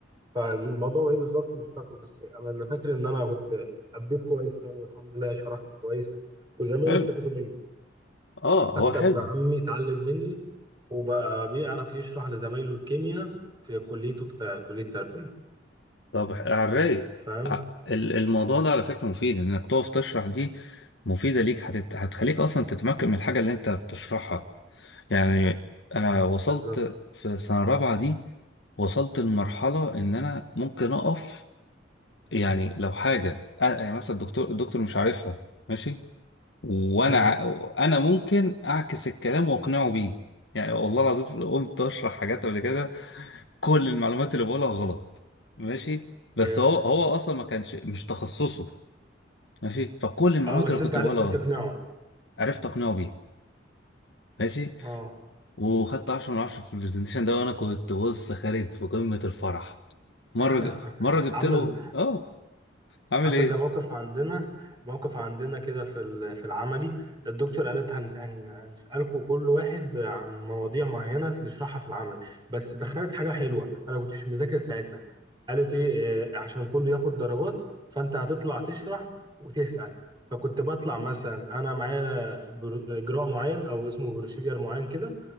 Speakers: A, on the right; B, on the left.
A: فالموضوع ايه بالظبط مش فاكره بس انا اللي فاكر ان انا كنت اديت كويس يعني والحمد لله شرحت كويس وزمايلي
B: حلو
A: استفادوا مني
B: اه هو
A: حتى
B: حلو
A: ابن عمي اتعلم مني وبقى بيعرف يشرح لزمايله الكيمياء في كليته في ت- كلية تربية
B: طب ح- على الرايق
A: فاهم
B: ع- ال- الموضوع ده على فكرة مفيد انك تقف تشرح دي مفيدة ليك هتت... هتخليك اصلا تتمكن من الحاجة اللي انت بتشرحها يعني انا وصلت
A: بالظبط
B: في سنة رابعة دي وصلت لمرحلة ان انا ممكن اقف يعني لو حاجة أ- يعني مثلا الدكتور الدكتور مش عارفها ماشي وانا
A: امم
B: ع... انا ممكن اعكس الكلام واقنعه بيه يعني والله العظيم قمت اشرح حاجات قبل كده كل المعلومات اللي بقولها غلط ماشي
A: yeah.
B: بس هو هو اصلا ما كانش مش تخصصه ماشي فكل المعلومات
A: اه بس
B: اللي
A: انت
B: كنت
A: عرفت
B: بقولها
A: تقنعه
B: غلط عرفت اقنعه بيها ماشي
A: اه
B: وخدت 10 من 10 في البرزنتيشن ده وانا كنت بص خارج في قمة الفرح مرة
A: <laughs>
B: ج... مرة جبت
A: عمل
B: له اه عامل
A: عامل
B: ايه
A: زي موقف عندنا موقف عندنا كده في ال- في العملي الدكتور قالت هن- هن- هنسألكوا كل واحد عن مواضيع معينة في- نشرحها في العمل بس دخلت حاجة حلوة أنا كنتش مذاكر ساعتها قالت إيه آه، عشان كله ياخد درجات فأنت هتطلع تشرح وتسأل فكنت بطلع مثلا أنا معايا برو- إجراء معين أو اسمه بروسيجر معين كده